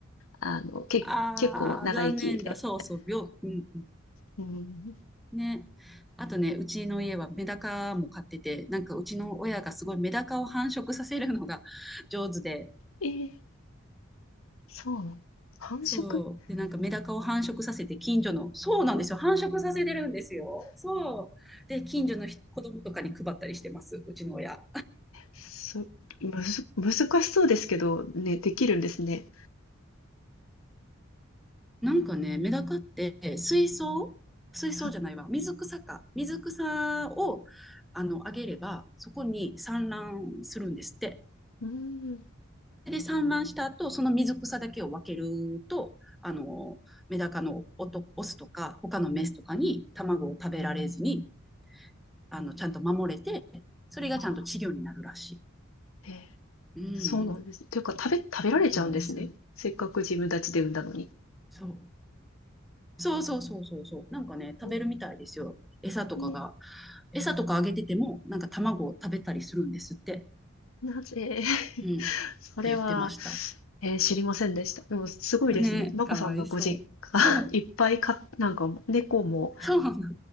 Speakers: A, on the left; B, in the centre.
A: あの、け、
B: ああ、
A: 結構長生きで。
B: 残念だ。そうそう、病、うん、
A: うん、<laughs>
B: ね。あとね、うちの家はメダカも飼ってて、なんかうちの親がすごいメダカを繁殖させるのが <laughs> 上手で、
A: えーそうなの。繁殖
B: そう。で、なんかメダカを繁殖させて近所の、そうなんですよ。繁殖させてるんですよ。そう。で、近所の人子供とかに配ったりしてます、うちの親。
A: そ、むず難しそうですけど、ね、できるんですね。
B: なんかね、メダカって水槽水槽じゃないわ。
A: あ
B: 水草か。水草を、あの、あげれば、そこに産卵するんですって。
A: うん。
B: で産卵した後、その水草だけを分けると、あの、メダカのオトオスとか、他のメスとかに卵を食べられずに、あの、ちゃんと守れて、それがちゃんと稚魚になるらし
A: あ、えー
B: い。う
A: そうなんです。
B: ん、
A: というか、食べ食べられちゃうんですね。
B: そうです。
A: せっかく自分たちで産んだのに。
B: そう。そうそうそうそうそう。なんかね、
A: え
B: 食べるみたいですよ。餌とかが。
A: ー
B: 餌とかあげてても、なんか卵を食べたりするんですって。
A: なぜ <laughs>？
B: うん。っ
A: それは、
B: て言ってました。
A: え、知りませんでした。でもすごいですね。
B: ね、
A: まこさんのご実家、
B: かわいそう。
A: <laughs>
B: そう。
A: いっぱいかなんか猫も
B: そうなの。